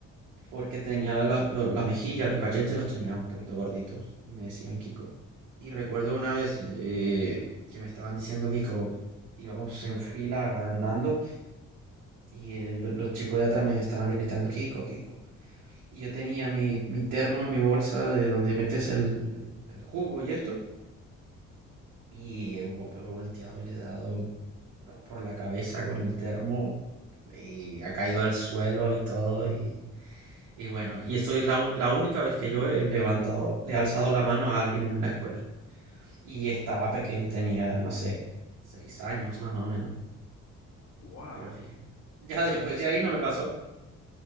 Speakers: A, on the right; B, on the left.
A: Porque tenía la- lo- las mejillas, los cachetes los tenía un poquito gorditos y me decían Kiko. Y recuerdo una vez eh, que me estaban diciendo Kiko, íbamos en fila andando y el- los chicos de atrás me estaban gritando Kiko, Kiko. Y yo tenía mi, mi termo en mi bolsa de donde metes el, el- el jugo y esto. Y he, vo- he volteado y le he dado por la cabeza con el termo y ha caído al suelo y todo. Y, y bueno, y esto es la, u- la única vez que yo he levantado, le he alzado la mano a alguien en la escuela. Y estaba pequeño, tenía, no sé, seis años más o menos.
B: Wow.
A: Pero fíjate, ya
B: Eso,
A: después
B: eso,
A: de ahí no me pasó.